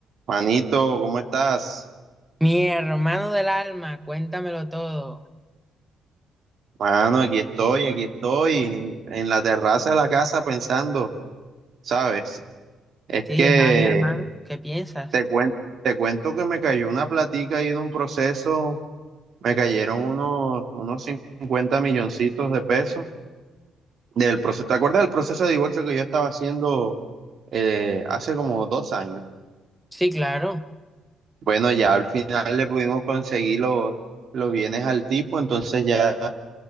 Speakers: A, on the right; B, in the centre.
A: Manito, ¿cómo estás?
B: Mi hermano del alma, cuéntamelo todo.
A: Mano, aquí estoy, aquí estoy, en la terraza de la casa pensando, ¿sabes? Es
B: Sí,
A: que
B: esa vaina, hermano, ¿qué piensas?
A: te cuento, te cuento que me cayó una platica ahí de un proceso, me cayeron unos, unos 50 milloncitos de pesos del proceso. ¿Te acuerdas del proceso de divorcio que yo estaba haciendo eh, hace como dos años?
B: Sí, claro. O
A: Bueno, ya al final le pudimos conseguir los, los bienes al tipo, entonces ya